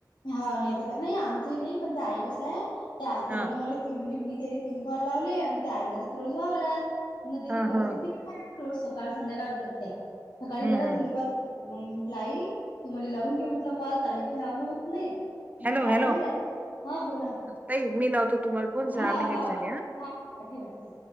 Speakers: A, on the left (about 80°); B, on the right (about 20°).
A: हा नाही तर का नाही आमचंही नाही पण ते आई कसं आहे ताईन
B: हा
A: मुळे ती म्हणजे मी तेचे तीन कॉल लावले आणि ते आई जत रोज वावरत अन त्याची
B: हा
A: परिस्थिती
B: हा
A: रोज सकाळ संध्याकाळ जातेय सकाळी
B: हम्म
A: जातात
B: हम्म
A: दुपार मग मी म्हटलं आई तुम्हाला लावून घे म्हटलं कॉलत आले की लावणं होत नाहीत. मग
B: हॅलो
A: ती
B: हॅलो
A: आली होय रात्री? हा बोला,
B: ताई मी लावतो तुम्हाला फोन
A: हा
B: सहा मिनिट
A: लावा.
B: झाले
A: हा ठेवा ठेवा.